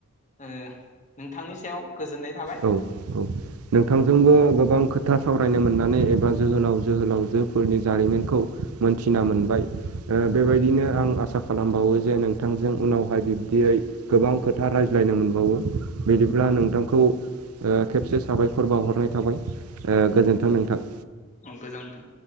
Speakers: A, on the left (about 35°); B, on the right (about 85°).
A: ओ नोंथांनि सायाव गोजोननाय थाबाय।
B: औ औ नोंथांजोंबो गोबां खोथा सावरायनो मोननानै एबा जोहोलाव जोहोलावजोफोरनि जारिमिनखौ मोनथिना मोनबाय ओ बेबायदिनो आं आसा खालामबावो जे नोंथांजों उनावहाय बिब्दियै गोबां खोथा रायज्लायनो मोनबावो बिदिब्ला नोंथांखौ ओ खेबसे साबायखर बाउहरनाय थाबाय ओ गोजोन्थों नोंथां
A: अ गोजानथों